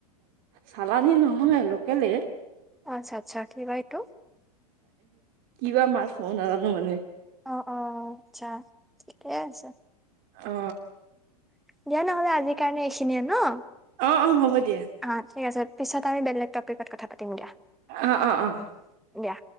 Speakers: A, on the right; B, in the centre.
A: চালানী নহয় লোকেলে।
B: অ, আচ্ছা-আচ্ছা কি হয় এইটো?
A: কিবা মাছ মইও নাজানো মানে।
B: অ, অ, আচ্ছা ঠিকেই আছে।
A: অ
B: দিয়া নহ'লে আজিৰ কাৰণে এইখিনিয়ে ন।
A: অ, অ, হ'ব দিয়া।
B: অ, ঠিক আছে, পিছত আমি বেলেগ টপিকত কথা পাতিম দিয়া।
A: অ, অ, অ।
B: উম, দিয়া।